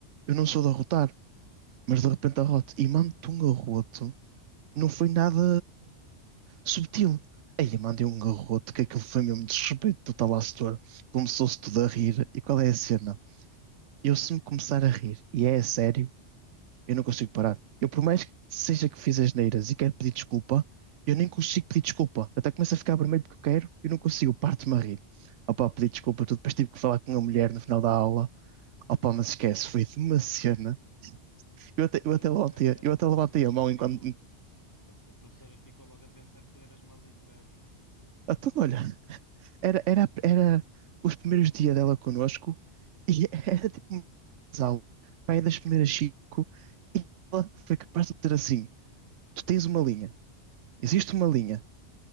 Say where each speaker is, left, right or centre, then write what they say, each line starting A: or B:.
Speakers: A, on the right; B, on the left.
A: eu não sou de arrotar, mas de repente arroto, e mando-te um arroto não foi nada subtil. Aí eu mandei um garrote que aquilo foi mesmo desrespeito total à setor. Começou-se tudo a rir. E qual é a cena? Eu, se me começar a rir, e é a sério, eu não consigo parar. Eu, por mais que seja que fiz asneiras e quero pedir desculpa, eu nem consigo pedir desculpa. Eu até começo a ficar vermelho porque eu quero, eu não consigo, parto-me a rir. Opa, pedi
B: Ei.
A: desculpa, tudo. Depois tive que falar com a mulher no final da aula. Opa, mas esquece, foi de uma cena. Eu até,
B: Ou
A: eu
B: seja,
A: até levantei,
B: a,
A: eu até
B: a-
A: levantei
B: a professora
A: a mão enquanto.
B: ficou, a, a professora ficou logo a pensar que tu eras mal educado e assim, e eu,
A: Ah, Então, olha, Era, era, era os primeiros dias dela connosco e era tipo uma aula, pai das primeiras cinco, e ela foi capaz de dizer assim: tu tens uma linha, existe uma linha,